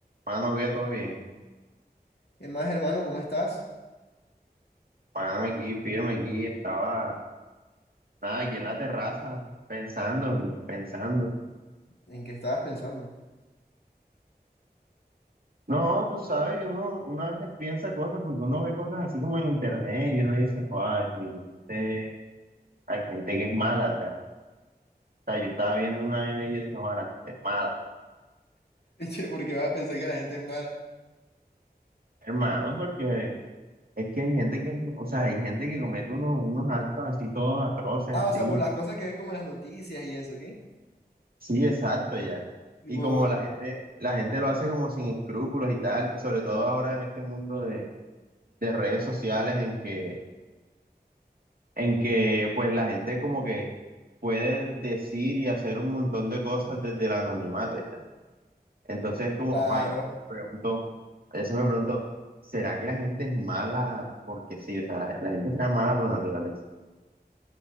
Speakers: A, on the right; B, on the left.
A: Mano, que todo bien.
B: ¿Qué más, hermano? ¿Cómo estás?
A: Mano, aquí firme, aquí estaba, nada, aquí en la terraza, pensando, mira, pensando.
B: ¿En qué estabas pensando?
A: No, tú sabes que uno, uno a veces piensa cosas porque uno ve cosas así como en internet y uno dice, joder, definitivamente hay gente que es mala, ¿verdad? O sea, yo estaba viendo una vaina y yo dije, joder, la gente es mala,
B: <laughs> Che, ¿por qué vas a pensar que la gente es mala?
A: hermano, porque es que hay gente que, o sea, hay gente que comete unos, unos actos así todos atroces,
B: Ah,
A: así.
B: o sea, por las cosas que ves como en las noticias y eso, ¿qué?
A: Sí, exacto, ya.
B: Tipo,
A: Y como la gente, la gente lo hace como sin escrúpulos y tal, y sobre todo ahora en este mundo de, de redes sociales en que, en que pues la gente como que puede decir y hacer un montón de cosas desde el anonimato ya. Entonces como,
B: claro.
A: vaya, me pregunto, a veces me pregunto, ¿será que la gente es mala porque sí? O sea, la, la gente será mala por naturaleza.